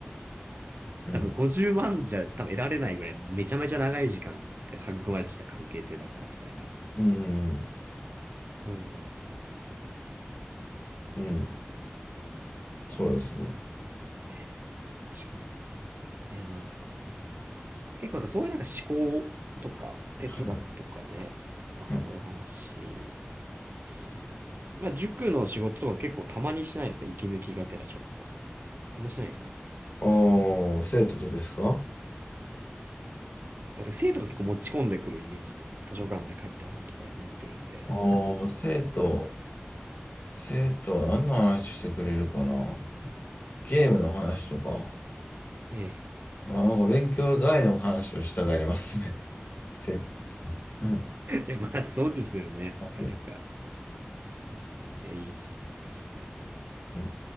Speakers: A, on the left (about 50°); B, on the right (about 55°).
A: うん。
B: 多分50万じゃ多分得られないぐらい、もうめちゃめちゃ長い時間って育まれてきた関係性だからみたいな、
A: うん、
B: そういうので、あります
A: うん、うん。そうですね。
B: ね。確かに。いや、まあ、結構なんかそういうなんか思考とか哲学とかね、
A: はい。
B: まあそういう話、
A: はい、
B: えーまあ塾の仕事とかも結構たまにしないですか息抜きがてらちょっと。あんましないですか
A: おー、生徒とですか
B: だから生徒が結構持ち込んでくるイメージで、なんか図書館で借りた本とかに載ってるんで、
A: おー、
B: そういう。
A: 生徒。生徒は何の話してくれるかなゲームの話とか。
B: ええ。
A: まあ、なんか勉強外の話をしたがりますね。生徒。うん。
B: <laughs> いや、まあそうですよね。
A: はい。
B: いや、なんか、うんいや、いいですね。それもまた。
A: うん